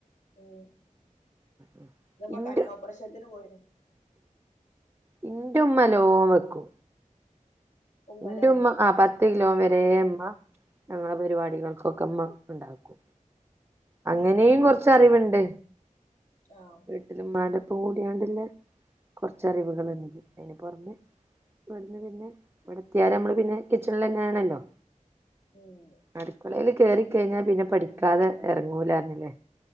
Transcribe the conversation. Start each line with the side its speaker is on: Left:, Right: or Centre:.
Left: ഉം
Right: ആ
Left: ഇന്നു
Right: ഇന്റെ
Left: കണ്ണൊപ്പറേഷൻ പോയി
Right: എന്റെ ഉമ്മ നൊ വെക്കൂ
Left: ഉമ്മലേ
Right: എന്റയുമ്മ ആ പത്ത് കിലോ വര അമ്മ ഞങ്ങളെ പരിപാടികൾക്കൊക്കെ അമ്മ ഉണ്ടാക്കും അങ്ങനെയും
Left: ഉം
Right: കുറച്ച അറിവുണ്ട്
Left: ആഹ്
Right: ഇതിന് ഉമ്മാന്റെപോലെഉണ്ടല്ലോ കുറച്ചു അറിവുകളുണ്ട്
Left: ഉം
Right: അന് പുറമ ഇവിടുന്ന് പിന്നെ ഇടുത്തിയലു നമ്മള് പിന്നെ കിച്ചണിൽ തന്നെ ആണല്ലോ
Left: ഉം
Right: അടുക്കളയിൽ കേറി കഴിഞ്ഞാ പിന്നെ പഠിക്കാതെ ഇറങ്ങൂലായിന്നില്ലേ